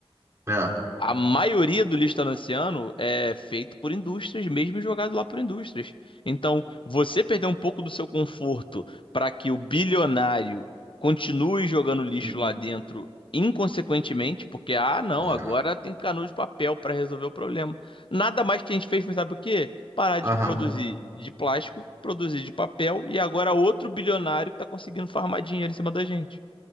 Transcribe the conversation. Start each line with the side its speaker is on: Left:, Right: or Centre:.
Right: É.
Left: A maioria do lixo talanciano é feito por indústrias, mesmo e jogado lá por indústrias. Então, você perder um pouco do seu conforto para que o bilionário continue jogando lixo
Right: E-
Left: lá dentro inconsequentemente, porque, ah, não,
Right: É,
Left: agora tem canudo de papel para resolver o problema. Nada mais que a gente fez, mas sabe o quê? Parar de
Right: aham,
Left: produzir de plástico, produzir de papel, e agora outro bilionário está conseguindo farmar dinheiro em cima da gente.